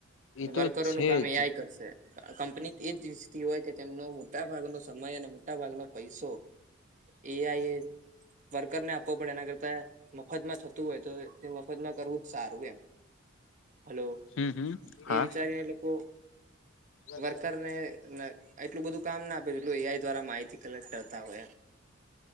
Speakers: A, on the left (about 70°); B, on the right (about 40°).
A: ઈતો
B: વર્કરોનું
A: છે.
B: કામ
A: જ
B: એઆઈ કરશે. કંપની તેજ ઈચ્છતી હોય કે તેમનો મોટા ભાગનો સમય અને મોટા ભાગનો પૈસો એઆઈ એ વર્કરને આપવો પડે એના કરતા મફતમાં થતું હોય તો તે મફતમાં કરવું જ સારું એમ. હલો
A: હમ હમ હા
B: એ વિચારીને લોકો
A: એટલું
B: વર્કરને એટલું બધું કામ ના આપે જેટલું એઆઈ દ્વારા માહિતી કલેક્ટ કરતા હોય એમ.